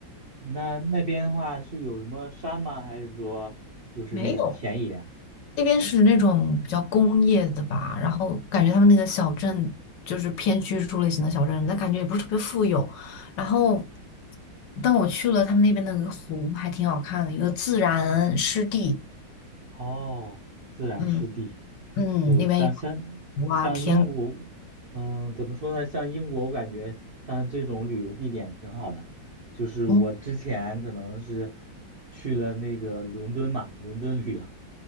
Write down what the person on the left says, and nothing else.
没有，那边是那种比较工业的吧，然后感觉他们那个小镇就是偏居住类型的小镇，但感觉也不是特别富有。然后，但我去了他们那边的那个湖，还挺好看的，一个自然湿地。
嗯。嗯，
那边有
哇天鹅，
嗯，